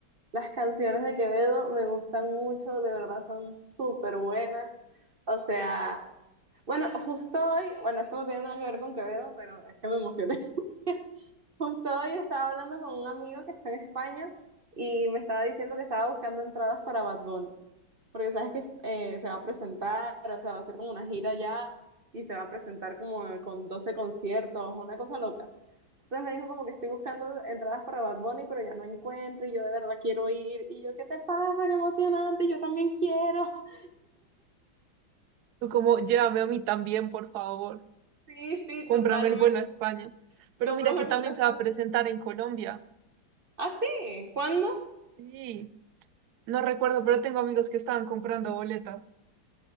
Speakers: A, on the right (about 35°); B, on the right (about 75°).
A: Las canciones de Quevedo me gustan mucho, de verdad son súper buenas. O sea, bueno, justo hoy, bueno, esto no tiene nada que ver con Quevedo, pero es que me emocioné. <laughs> Justo hoy estaba hablando con un amigo que está en España y me estaba diciendo que estaba buscando entradas para Bad Bunny, porque sabes que eh, se va a presentar, o sea, va a hacer como una gira ya y se va a presentar como con 12 conciertos, una cosa loca. Entonces me dijo como que estoy buscando entradas para Bad Bunny, pero ya no encuentro y yo de verdad quiero ir. Y yo, ¿qué te pasa? ¡Qué emocionante! Yo también quiero. <laughs>
B: Tú como, llévame a mí también, por favor.
A: Sí, sí,
B: Cómprame
A: totalmente.
B: el vuelo a España. Pero
A: Cómprame
B: mira que
A: el
B: también
A: vuelo a España.
B: se va a presentar en Colombia.
A: ¿Ah, sí? ¿Cuándo?
B: Sí, no recuerdo, pero tengo amigos que estaban comprando boletas.